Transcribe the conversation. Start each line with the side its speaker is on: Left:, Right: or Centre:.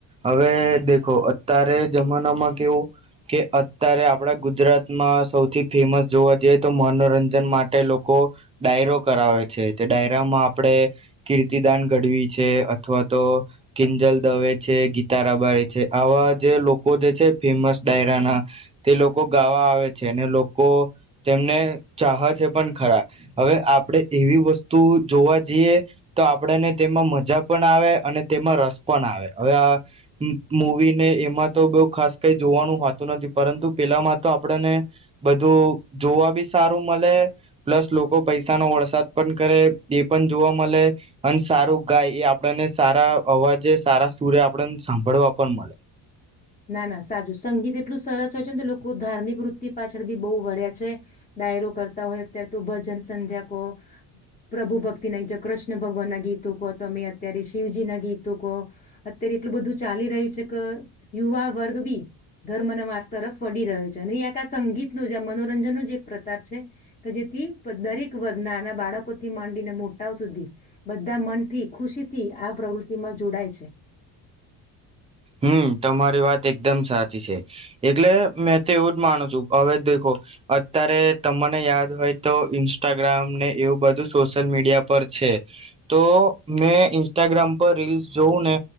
Right: હવે દેખો અત્યારે જમાનામાં કેવું કે અત્યારે આપડા ગુજરાતમાં સૌથી ફેમસ જોવા જઈએ તો મનોરંજન માટે લોકો ડાયરો કરાવે છે તે ડાયરામાં આપણે કીર્તિદાન ઘડવી છે અથવા તો કિંજલ દવે છે ગીતારાબારી છે આવા જે લોકો જે છે ફેમસ ડાયરાના તે લોકો ગાવા આવે છે અને લોકો તેમને ચાહ છે પણ ખરા હવે આપણેે એવી વસ્તુ જોવા જઈએ તો આપણેને તેમાં મજા પણ આવે અને તેમાં રસ પણ આવે હવે આ મૂવી ને એમાં તો બઉુ ખાસ કઈ જોવાનું હોતું નથી પરંતુ પેલામાં તો આપણને બધું જોવા બી સારું મળે પ્લસ લોકો પૈસા નો વરસાદ પણ કરે એ પણ જોવા મળે અને સારું ગાય એ આપણને સારા અવાજે સારા સૂર્ય આપણ સાંભળવા પણ મળે
Left: ના ના સાચું સંગીત એટલું સરસ હોય છે ને તો લોકો ધાર્મિક વૃત્તિ પાછળ બી બહુ વળ્યા છે ડાયરો કરતા હોય અત્યારે તો ભજન સંધ્યા કહો પ્રભુ ભક્તિ ના કૃષ્ણ ભગવાન ના ગીતો કહો તમે અત્યારે શિવજી ના ગીતો કહો અત્યારે એટલું બધું ચાલી રહ્યું છે કે યુવા વર્ગ બી ધર્મના માર્ગ તરફ વડી રહ્યો છે અને આ સંગીતનું જ આ મનોરંજન ન જ એક પ્રતાપ છે કે જેથી દરેક વર્ગ નાના બાળકોથી માંડીને મોટાઓ સુધી બધા મનથી ખુશી થી આ પ્રવૃતિમાં જોડાય છે
Right: હમ તમારી વાત એકદમ સાચી છે એટલે મેં તો એવું જ માનું છું હવે દેખો અત્યારે તમને યાદ હોય તો ઈન્સ્ટાગ્રામ ને એવું બધું સોશિયલ મીડિયા પર છે તો મેં ઇન્સ્ટાગ્રામ પર રીલ્સ જોવું ને